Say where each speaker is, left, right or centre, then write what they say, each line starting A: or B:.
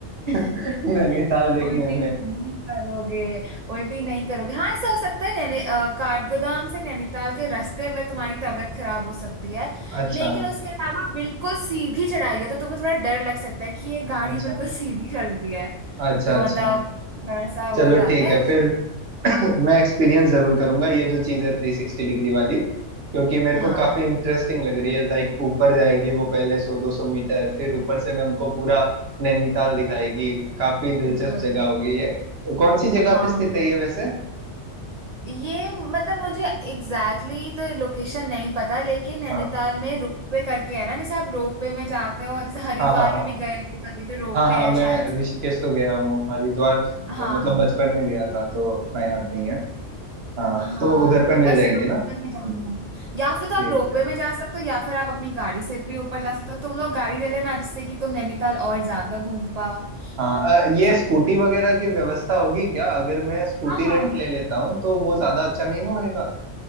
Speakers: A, on the right (about 60°); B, on the right (about 75°).
A: <laughs>
B: हाँ <laughs>
A: नैनीताल देखने
B: उल्टी
A: में
B: नहीं करोगे उल्टी नहीं करोगे हाँ ऐसा हो सकता है नैनी अ, काठगोदाम से नैनीताल के रास्ते में तुम्हारी तबीयत खराब हो सकती है
A: अच्छा
B: लेकिन उसके अलावा बिल्कुल सीधी चढ़ाई है तो तुम्हें थोड़ा डर लग सकता है कि ये गाड़ी
A: अच्छा
B: बिल्कुल सीधी चल रही है
A: अच्छा
B: तो
A: अच्छा
B: मतलब थोड़ा सा हो
A: चलो
B: जाता
A: ठीक
B: है
A: है फिर <coughs> मैं एक्सपीरियंस जरूर करूंगा ये जो चीज है थ्री सिक्सटी डिग्री वाली क्योंकि मेरे को
B: हाँ
A: काफी इंटरेस्टिंग लग रही है लाइक ऊपर जाएगी वो पहले सौ दो सौ मीटर फिर ऊपर से मैं हमको पूरा नैनीताल दिखाएगी काफी दिलचस्प
B: बिल्कुल
A: जगह होगी ये कौन सी जगह
B: हाँ
A: पे स्थित
B: हाँ।
A: है ये वैसे
B: ये मतलब मुझे एग्जैक्टली exactly तो लोकेशन नहीं पता लेकिन नैनीताल
A: हाँ
B: में रोपवे करके है ना जैसे आप रोपवे में जाते हो और जैसे हरिद्वार
A: हाँ हाँ हाँ
B: में भी गए होंगे कभी तो रोपवे
A: हाँ हाँ
B: है
A: मैं
B: शायद
A: ऋषिकेश तो गया हुआ हूँ हरिद्वार
B: हाँ
A: मतलब बचपन में गया था तो इतना याद नहीं है हाँ
B: हाँ
A: तो उधर
B: तो
A: पे मिल
B: वैसे
A: जाएंगी
B: रोपवे
A: ना हम्म,
B: में जाते हैं या
A: ठीक
B: फिर तो आप रोपवे
A: है
B: में जा सकते हो या फिर आप अपनी गाड़ी से भी ऊपर जा सकते हो तुम लोग गाड़ी ले लेना जिससे कि तुम नैनीताल और ज्यादा घूम पाओ
A: हाँ अ, ये
B: ठीक
A: स्कूटी
B: है
A: वगैरह की व्यवस्था होगी क्या अगर मैं स्कूटी
B: हाँ हाँ
A: रेंट ले लेता हूँ तो वो ज्यादा अच्छा नहीं ना होएगा